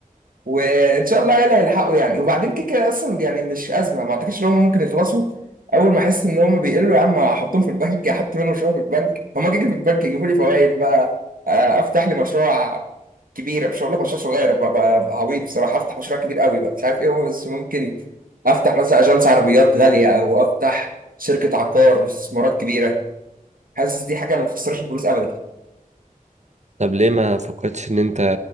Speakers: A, on the right (about 75°); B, on the right (about 55°).
A: وان شاء الله يلا يلحقوا يعني وبعدين كده كده اصلا يعني مش ازمه ما اعتقدش ان هم ممكن يخلصوا اول ما احس ان هم بيقلوا يا عم احطهم في البنك احط منهم شويه في البنك هم كده كده في البنك يجيبوا لي فوائد بقى آه، افتح لي مشروع كبير مش هقول لك مشروع صغير بقى بقى- بقى عبيط بصراحه افتح مشروع كبير قوي بقى مش عارف ايه هو بس ممكن افتح مثلا اجانس عربيات غاليه او افتح شركه عقار واستثمارات كبيره حاسس دي حاجه ما تخسرش الفلوس ابدا
B: طب ليه ما فكرتش ان انت